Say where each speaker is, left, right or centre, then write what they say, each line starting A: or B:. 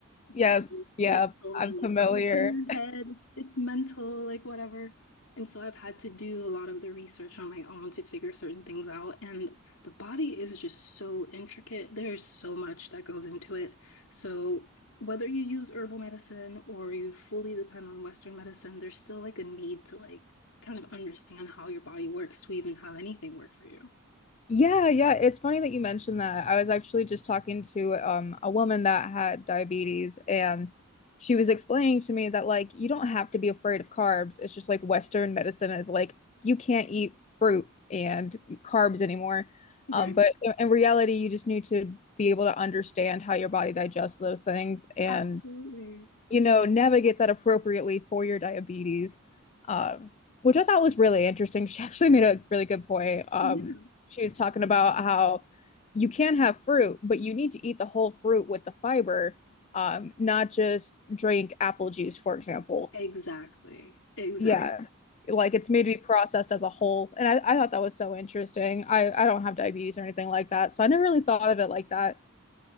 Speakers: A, on the left; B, on the left.
A: Yes,
B: Um,
A: yeah,
B: they tell me
A: I'm familiar.
B: like, oh, it's in your head, it's it's mental, like whatever. And so I've had to do a lot of the research on my own to figure certain things out. And the body is just so intricate. There's so much that goes into it. So whether you use herbal medicine or you fully depend on Western medicine, there's still like a need to like kind of understand how your body works to even have anything work for you.
A: Yeah, yeah. It's funny that you mentioned that. I was actually just talking to um a woman that had diabetes and she was explaining to me that like you don't have to be afraid of carbs. It's just like Western medicine is like you can't eat fruit and carbs anymore.
B: Right.
A: Um, but in, in reality, you just need to be able to understand how your body digests those things and
B: Absolutely.
A: you know, navigate that appropriately for your diabetes, um, which I thought was really interesting. <laughs> She actually made a really good point. Um,
B: Yeah.
A: she was talking about how you can have fruit, but you need to eat the whole fruit with the fiber, um, not just drink apple juice, for example.
B: Exactly. Exactly.
A: Yeah. Like it's made to be processed as a whole. And I, I thought that was so interesting. I, I don't have diabetes or anything like that. So I never really thought of it like that.